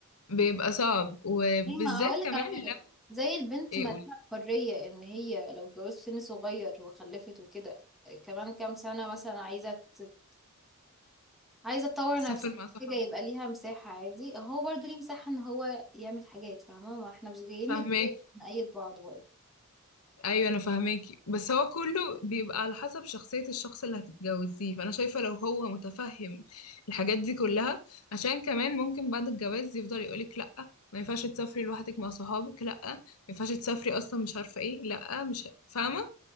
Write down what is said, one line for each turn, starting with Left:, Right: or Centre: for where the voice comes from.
Left: بيبقى صعب وبالذات
Centre: زي ما اقول
Left: كمان
Centre: لك على حاجه
Left: لو
Centre: زي البنت
Left: ايه
Centre: ما
Left: قولي
Centre: لها الحريه ان هي لو اتجوزت سن صغير وخلفت وكده كمان كام سنه مثلا عايزه تت... عايزه تطور
Left: تسافر
Centre: نفسها
Left: مع صحابها
Centre: حاجه يبقى ليها مساحه عادي هو برضو ليه مساحه ان هو يعمل حاجات فاهمه ما احنا مش جايين
Left: فاهماك
Centre: نتجوز نأيد بعض برضه
Left: ايوه انا فاهماكي بس هو كله بيبقى على حسب شخصية الشخص اللي هتتجوزيه فانا شايفة لو هو متفهم الحاجات دي كلها عشان كمان ممكن بعد الجواز يفضل يقولك لأ ما ينفعش تسافري لوحدك مع صحابك لأ ما ينفعش تسافري اصلا مش عارفة ايه لأ مش ه- فاهمة